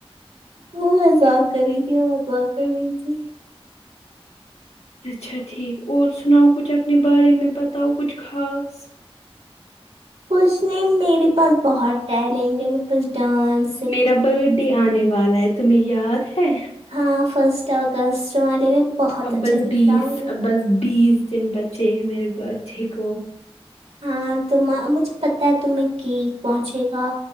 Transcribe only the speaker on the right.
وہ مزاق کر رہی تھی میں مزاق کر رہی تھی
کچھ نہیں میرے پاس بہت ٹیلنٹ ہے میرے پاس ڈانس
ہاں فسٹ اگستٹ والے میں بہت
اچھا
گفٹ
لاؤں گی
ہاں تو م مجھے پتا ہے تمہیں کیک پہنچےگا